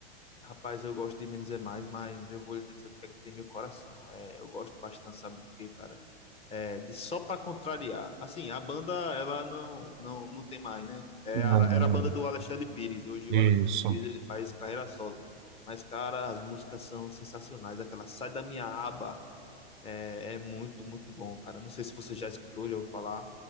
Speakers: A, on the left; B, on the right.
A: Rapaz, eu gosto de menos é mais, mas eu vou lhe dizer o que é que tem meu coração. É, eu gosto bastante, sabe do que, cara? É, de só pra contrariar. Assim, a banda, ela não não, não tem mais, né? É, era,
B: Ah, não
A: era a banda
B: lembro.
A: do Alexandre Pires. Hoje
B: Isso.
A: o Alexandre Pires ele faz carreira solo. Mas, cara, as músicas são sensacionais. Aquela Sai da Minha Aba é, é muito, muito bom, cara. Não sei se você já escutou, já ouviu falar.